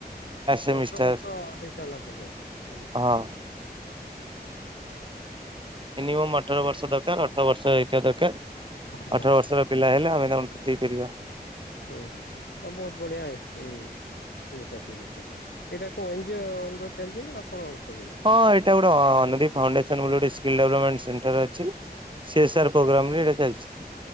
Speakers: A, on the left; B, on the right.
A: ଗୋଟେ
B: ସେମିଷ୍ଟାର
A: ବର୍ଷ ହେଇସାରିଲା ପରେ ତମେ ନେଇ ପାରିବ।
B: ହଁ। ମିନିମମ୍ ଅଠର ବର୍ଷ ଦରକାର ଅଠର ବର୍ଷ ହେଇଥିବା ଦରକାର।
A: ହଁ
B: ଅଠର ବର୍ଷର ପିଲା ହେଲେ ହଁ ଆମେ ତାଙ୍କୁ ଦେଇପାରିବା।
A: ଓ ତ ବହୁତ ବଢିଆ ଅଛି। ଏଇ ସାର୍ଟିଫିକେଟଟା, ଏଇଟା କୋଉ ଏନ୍ ଜି ଓ ଅଣ୍ଡରରେ ଚାଲିଛି ନା ଆପଣ ଚଲେଇଛନ୍ତି
B: ହଁ ଏଇଟା ଗୋଟେ ଅନୁଦୀପ୍ ଫାଉଣ୍ଡେସନ ବୋଲି ଗୋଟେ ସ୍କିଲ୍ ଡେଭଲପମେଣ୍ଟ ସେଣ୍ଟର ଅଛି ସି ଏସ୍ ଆର୍ ପ୍ରୋଗ୍ରାମରେ ଏଇଟା ଚାଲିଛି।